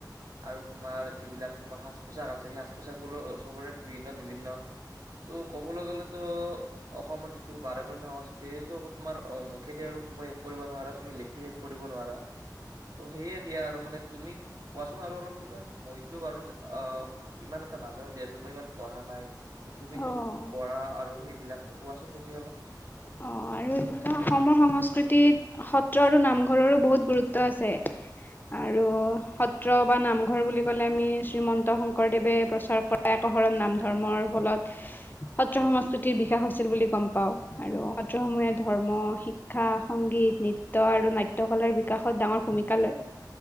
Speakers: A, on the right (about 55°); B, on the left (about 25°).
A: আৰু তোমাৰ যিবিলাক তোমাৰ সাজ পোছাক আছে সেই সাজ পোছাক বোৰো চবৰে ভিন্ন বিভিন্ন ত' ক'বলৈ গ'লেতো অসমৰ যিটো বাৰে বৰণীয়া সংস্কৃতি সেইটো আকৌ তোমাৰ মুখেদি আৰু শেষ কৰিব নোৱাৰা তুমি লেখি শেষ কৰিব নোৱাৰা ত' সেয়ে দিয়া আৰু মানে তুমি কোৱাচোন আৰু অলপ কিবা মইতো বাৰু আ ইমান এটা নাজানো দিয়াচোন মই ইমান পঢ়া নাই ত তুমিতো
B: অ',
A: পঢ়া আৰু এইবিলাকত কোৱাচোন তুমি অলপ
B: অ আৰু এইফালে অসমৰ সংস্কৃতিত সত্ৰ আৰু নামঘৰৰো বহুত গুৰুত্ব আছে আৰু সত্ৰ বা নামঘৰ বুলি কলে আমি শ্ৰীমন্ত শংকৰদেৱে প্ৰচাৰ কৰা একশৰণ নাম ধৰ্মৰ ফলত সত্ৰ সংস্কৃতিৰ বিকাশ হৈছিল বুলি গম পাওঁ আৰু সত্ৰসমূহে ধৰ্ম, শিক্ষা, সংগীত, নৃত্য আৰু নাট্য কলে বিকাশত ডাঙৰ ভূমিকা লয়।